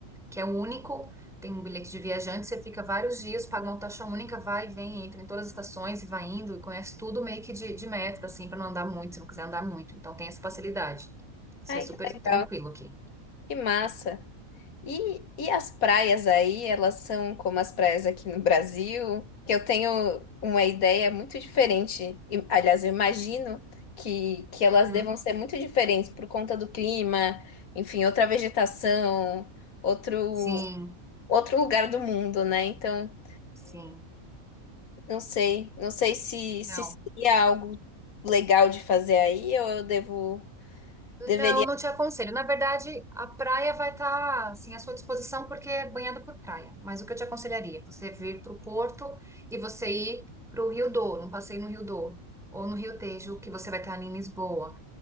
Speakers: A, in the centre; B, on the left (about 75°).
A: que é único, tem um bilhete de viajante, você fica vários dias, paga uma taxa única, vai e vem, entra em todas as estações e vai indo, e conhece tudo meio que de, de metro, assim, para não andar muito, se não quiser andar muito. Então tem essa facilidade. Isso
B: Ai,
A: é super
B: que legal,
A: tranquilo aqui.
B: que massa. E, e as praias aí, elas são como as praias aqui no Brasil, que eu tenho uma ideia muito diferente. E, aliás, eu imagino que, que elas
A: Uhum.
B: devam ser muito diferentes por conta do clima, enfim, outra vegetação, outro,
A: Sim,
B: outro lugar do mundo, né? Então,
A: sim.
B: não sei, não sei se,
A: Não.
B: se seria algo legal de fazer aí ou eu devo, deveria
A: Não, não te aconselho. Na verdade, a praia vai estar assim à sua disposição porque é banhada por praia. Mas o que eu te aconselharia é você vir para o Porto e você ir para o Rio Douro, um passeio no Rio Douro ou no Rio Tejo, que você vai estar ali em Lisboa